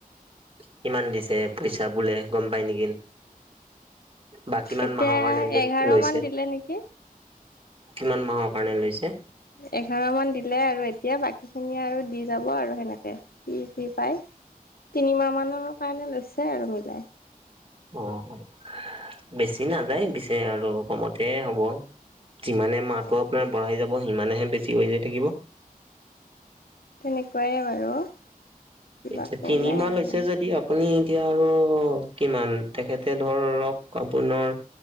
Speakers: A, on the right; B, on the left.
A: কিমান দিছে পইচা বোলে গম পায় নেকি। বা কিমান
B: এতিয়া
A: মাহৰ কাৰণে
B: এঘাৰ
A: লৈছে
B: মান দিলে নেকি।
A: কিমান মাহৰ কাৰণে লৈছে।
B: এঘাৰ মান দিলে আৰু এতিয়া বাকী খিনি আৰু দি যাব আৰু সেনেকে। কি, কি পাই তিনিমাহ মানৰ কাৰণে লৈছে আৰু মিলাই।
A: অ', অ', বেছি নাযায় পিছে আৰু কমতে হ'ব। যিমানে মাহটো
B: অ
A: আপোনাৰ বঢ়াই যাব সিমানেহে বেছি হৈ যায় থাকিব।
B: তেনেকুৱায়ে বাৰু। কিবা
A: এতিয়া
B: ক'লে
A: তিনি মাহ হৈছে
B: মানে
A: যদি আপুনি এতিয়া আৰু কিমান তেখেতে ধৰক আপোনাৰ